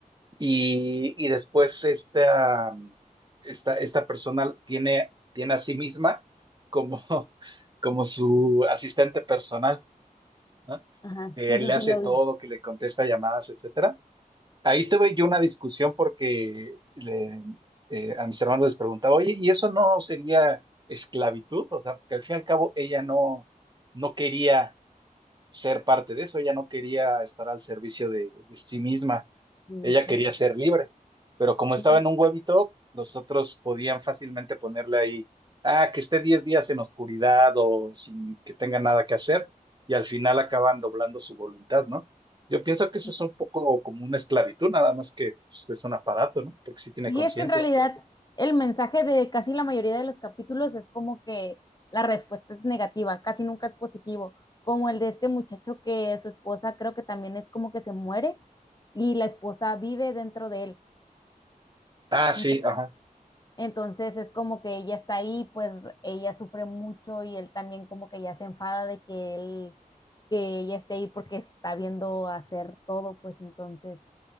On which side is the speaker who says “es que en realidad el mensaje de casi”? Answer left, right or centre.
Left